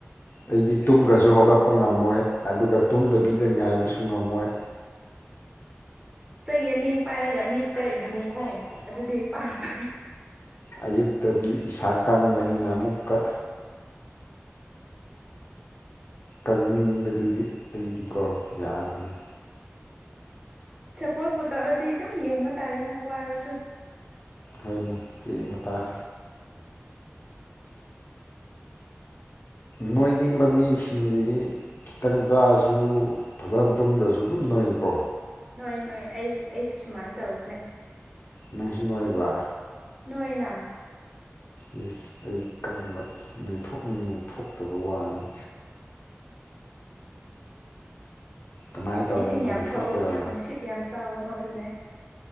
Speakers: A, on the left (about 50°); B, on the right (about 15°).
A: ꯑꯩꯗꯤ ꯇꯨꯝꯒꯁꯨ ꯍꯧꯒꯠꯄ ꯉꯝꯃꯣꯏ ꯑꯗꯨꯒ ꯇꯨꯝꯗꯕꯤꯗ ꯉꯥꯏꯕꯁꯨ ꯉꯝꯃꯣꯏ
B: ꯆꯩ ꯑꯅꯤ ꯄꯥꯏꯔꯒ
A: ꯆꯩ
B: ꯃꯤꯠꯇ
A: ꯑꯅꯤ ꯄꯥꯏꯔꯒ
B: ꯌꯨꯡꯉꯣ
A: ꯃꯤꯠꯇ ꯌꯨꯡꯍꯣ
B: ꯑꯗꯨꯗꯤ ꯄꯥꯝꯕ
A: ꯑꯗꯨ ꯇꯗꯤ ꯏꯁꯥ ꯀꯪꯕꯅꯤꯅ ꯑꯃꯨꯛꯀ ꯀꯪꯅꯤꯡꯕꯗꯨꯗꯤ ꯑꯩꯗꯤꯀꯣ ꯌꯥꯗ꯭ꯔꯤꯅꯤ
B: ꯁꯄꯣꯔꯠ ꯄꯨ ꯇꯧꯔꯗꯤ ꯑꯗꯨꯝ ꯌꯦꯡꯕ ꯇꯥꯔꯦꯅ ꯋꯥꯔꯁꯨ
A: ꯍꯣꯏꯅꯦ ꯌꯦꯡꯕ ꯇꯥꯔꯦ ꯅꯣꯏꯅꯤꯡꯕ ꯃꯤꯁꯤꯡꯁꯤꯗꯤ ꯈꯤꯇꯪ ꯆꯥꯁꯨ ꯐꯖꯅ ꯇꯨꯝꯗꯁꯨ ꯑꯗꯨꯝ ꯅꯣꯏꯩꯀꯣ
B: ꯅꯣꯏ ꯅꯣꯏ ꯑꯩ ꯑꯩꯁꯨ ꯁꯨꯃꯥꯏꯅ ꯇꯧꯔꯤꯅꯦ
A: ꯅꯪꯁꯨ ꯅꯣꯏꯕ꯭ꯔ
B: ꯅꯣꯏꯅ
A: ꯌꯦꯁ ꯑꯩꯗꯤ ꯀꯪꯕ ꯅꯣꯏꯊꯣꯛꯅꯤꯡꯉꯉꯦ ꯊꯣꯛꯇꯕ ꯋꯥꯅꯤ ꯀꯃꯥꯏꯅ ꯇꯧꯔꯗꯤ
B: ꯏꯁꯤꯡ
A: ꯅꯣꯏ
B: ꯌꯥꯝ ꯊꯛꯑꯣ
A: ꯊꯣꯛꯀꯔꯥ
B: ꯅꯨꯡꯁꯤꯠ ꯌꯥꯝ ꯆꯥꯎ ꯅꯣꯏꯕꯅꯦ